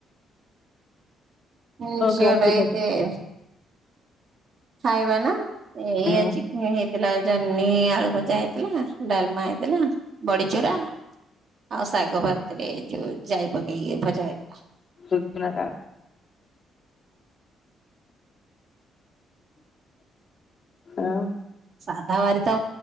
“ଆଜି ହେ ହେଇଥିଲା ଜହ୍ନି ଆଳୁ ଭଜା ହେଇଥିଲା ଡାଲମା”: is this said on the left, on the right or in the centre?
Right